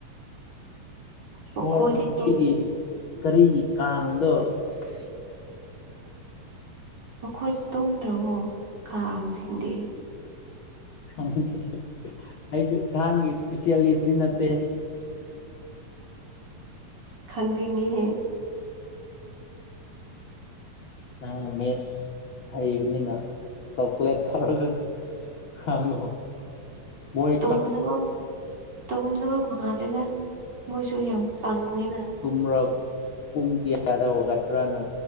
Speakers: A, on the right; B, on the left.
A: ꯃꯈꯣꯏꯗꯤ
B: ꯍꯣꯔꯅ ꯑꫭꯏꯒꯤ
A: ꯇꯨꯝ
B: ꯀꯔꯤꯒꯤ ꯀꯥꯡꯗꯣ ꯑꯁ
A: ꯃꯈꯣꯏꯗ ꯇꯨꯝꯗ꯭ꯔꯕ ꯀꯥꯡꯁꯤꯡꯗꯤ
B: ꯈꯪꯗꯦ ꯑꯩꯁꯨ ꯀꯥꯡꯒꯤ ꯏꯁꯄꯤꯁꯤꯌꯦꯁꯇꯤ ꯅꯠꯇꯦ
A: ꯈꯪꯅꯤꯡꯉꯤꯍꯦ
B: ꯅꯍꯪ ꯃꯦꯠꯁ ꯍꯩꯕꯅꯤꯅ ꯀꯜꯀꯨꯂꯦꯠ ꯇꯧꯔꯒ ꯍꯪꯉꯣ ꯃꯣꯏ
A: ꯇꯨꯝꯗꯕ ꯇꯨꯝꯗꯕ ꯃꯥꯜꯂꯦꯗ ꯃꯣꯏꯁꯨ ꯌꯥꯝ ꯄꯪ ꯉꯦꯅ
B: ꯇꯨꯝꯔꯣꯛ ꯄꯨꯡ ꯀꯌꯥꯗ ꯋꯥꯒꯠꯄ꯭ꯔꯥꯅ